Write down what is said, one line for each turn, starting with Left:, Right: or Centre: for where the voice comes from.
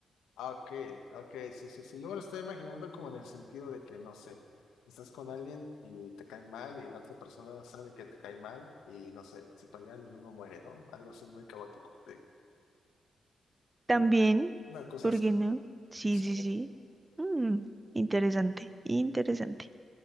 Left: ah, ok, ok, sí, sí, sí. Yo me lo estoy imaginando como en el sentido de que, no sé, estás con alguien y te cae mal y la otra persona sabe que te cae mal y, no sé, se pelean y uno muere, ¿no? Algo así muy caótico. de-
Right: También,
Left: o una cosa
Right: ¿por
Left: así.
Right: qué no? Sí,
Left: Sí,
Right: sí, sí. Mm, interesante, interesante.